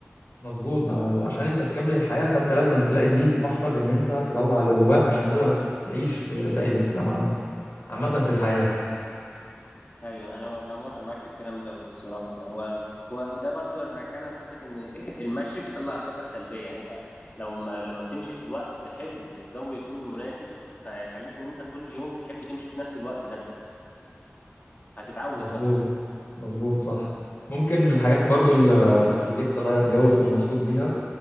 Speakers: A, on the left (about 55°); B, on the left (about 40°).
A: مظبوط ده عشان انت تكمل الحياة فانت لازم تلاقي ليك مخرج ان انت تطلع اللي جواك عشان تقدر تعيش في باقي المجتمع ده عامة في الحياة
B: ايوه انا أنا موافق معاك في الكلام ده الصراحه هو هو- وده برضو رجعنا لحته ان <laughs> المشي بيطلع الطاقه السلبيه يعني انت لو ما لما بتمشي في الوقت حلو والجو يكون مناسب فيخليك ان انت كل يوم تحب تمشي في نفس الوقت ده هتتعود
A: مظبوط
B: بقى
A: مظبوط صح ممكن من الحاجات برضو اللي تخليك تغير جو تبقى مبسوط بيها